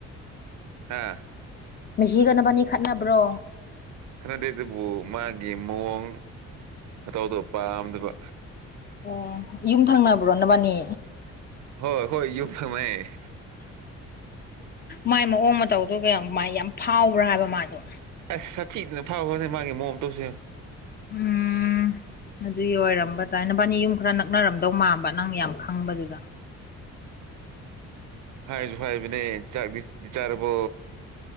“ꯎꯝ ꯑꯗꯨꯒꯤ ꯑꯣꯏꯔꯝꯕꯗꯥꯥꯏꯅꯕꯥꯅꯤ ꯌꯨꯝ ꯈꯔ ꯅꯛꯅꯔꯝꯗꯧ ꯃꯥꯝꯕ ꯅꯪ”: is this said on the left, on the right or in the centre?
Left